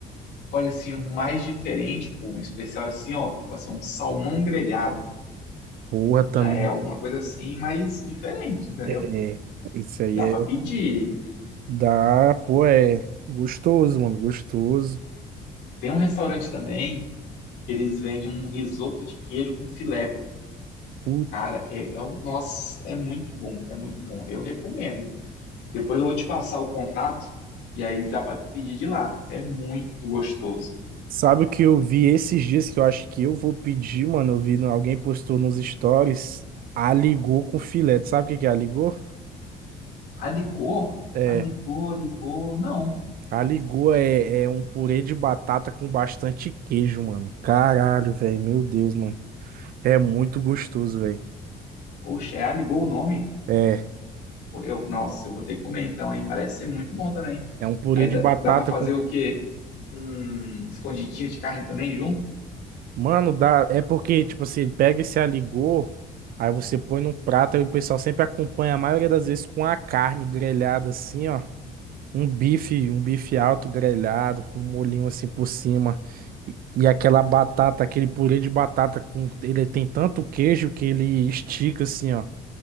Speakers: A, on the left (about 80°); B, on the right (about 60°).
A: Olha, assim, um mais diferente, pô, um especial assim, ó, tipo assim, um salmão grelhado.
B: Porra, também.
A: Já é alguma coisa assim, mas diferente, entendeu?
B: É. Isso aí
A: Dá
B: é.
A: pra pedir.
B: Dá. Pô, é. Gostoso, mano, gostoso.
A: Tem um restaurante também que eles vendem um risoto de queijo com filé, pô.
B: Putz,
A: Cara, é, é, o- nossa, é muito bom, é muito bom. Eu recomendo. Depois eu vou te passar o contato e aí dá pra tu pedir de lá. É muito gostoso.
B: Sabe o que eu vi esses dias que eu acho que eu vou pedir, mano? Eu vi, no- alguém postou nos stories. Aligô com filé. Tu Sabe o que que é aligô?
A: Aligou?
B: É.
A: Aligou, ligou. Não.
B: Aligô é, é um purê de batata com bastante queijo, mano. Caralho, velho. Meu Deus, mano. É muito gostoso, velho.
A: Oxe, é Aligou o nome?
B: É,
A: Eu, nossa, eu vou ter que comer então, hein? Parece ser muito bom também.
B: É um purê
A: Aí dá,
B: de batata
A: dá pra fazer
B: com.
A: o quê? Um escondidinho de carne também junto?
B: Mano, dá. É porque, tipo assim, ele pega esse aligô, aí você põe num prato, aí o pessoal sempre acompanha, a maioria das vezes, com a carne grelhada assim, ó. Um bife, um bife alto grelhado, com um molhinho assim por cima. E, e aquela batata, aquele purê de batata com. Ele tem tanto queijo que ele estica assim, ó.